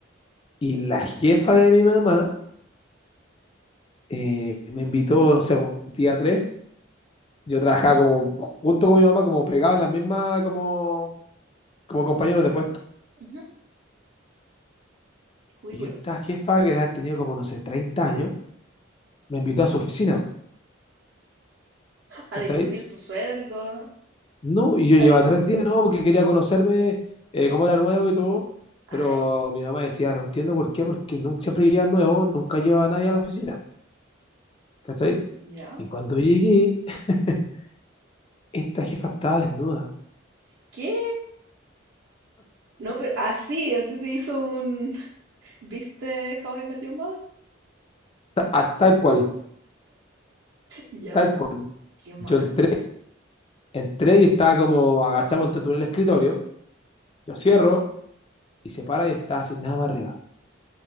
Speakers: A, on the left; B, on the right.
A: y la jefa de mi mamá eh, me invitó, no sé, po, día 3. Yo trabajaba como, junto con mi mamá, como pegaba las mismas, como, como compañeros de puesto.
B: Ujú. Cubículo.
A: Y esta jefa, que ha tenido como, no sé, 30 años, me invitó a su oficina, po,
B: A
A: ¿cachai?
B: discutir tu sueldo,
A: No, y yo
B: a
A: llevaba
B: dis-
A: tres días, ¿no? Porque quería conocerme eh, cómo era nuevo y todo.
B: Ay,
A: Pero mi mamá decía, no entiendo por qué, porque nunca, siempre llegan nuevos, nunca lleva a nadie a la oficina, ¿cachai?
B: ¿ya?
A: Y cuando llegué, <laughs> esta jefa estaba desnuda,
B: ¿Qué? No, pero así, así te hizo un... <laughs> ¿Viste How I Met Your Mother?
A: ta- a- tal cual,
B: Ya,
A: tal cual.
B: qué mal.
A: Yo entré, entré y estaba como agachado ante tú en el escritorio, yo cierro y se para y estaba sin nada para arriba.